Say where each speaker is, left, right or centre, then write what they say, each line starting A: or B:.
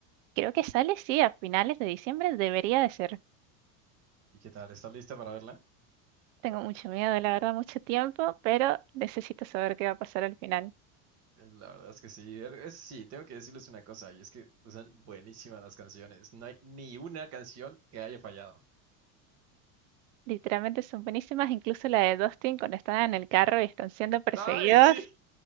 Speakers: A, on the right (about 55°); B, on the right (about 30°).
A: Creo que sale, sí, a finales de diciembre debería de ser.
B: ¿Y qué tal? ¿Estás lista para verla?
A: Tengo mucho miedo, la verdad, mucho tiempo, pero necesito saber qué va a pasar al final.
B: La verdad es que sí, er, es- sí, tengo que decirles una cosa, y es que son buenísimas las canciones. No hay ni una canción que haya fallado.
A: Literalmente son buenísimas, incluso la de Dustin cuando están en el carro y están siendo perseguidos.
B: ¡Ay, <laughs> sí!